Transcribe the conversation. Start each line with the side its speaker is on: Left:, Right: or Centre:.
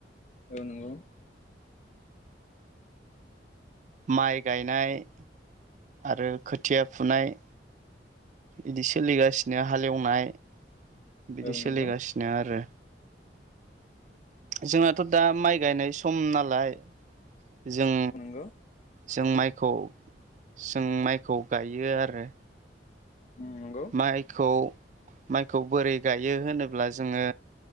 Left: औ नोंगौ।
Right: माइ गायनाय आरो खोथिया फुनाय। इदि सोलिगासिनो हालेवनाय बिदि
Left: औ नंगौ
Right: सोलिगासिनो आरो जोंनाथ दा माइ गायनाय सम नालाय जों
Left: नंगौ
Right: जों माइखौ जों माइखौ गायो आरो।
Left: उम नंगौ
Right: माइखौ माइखौ बोरै गायो होनोब्ला जोङो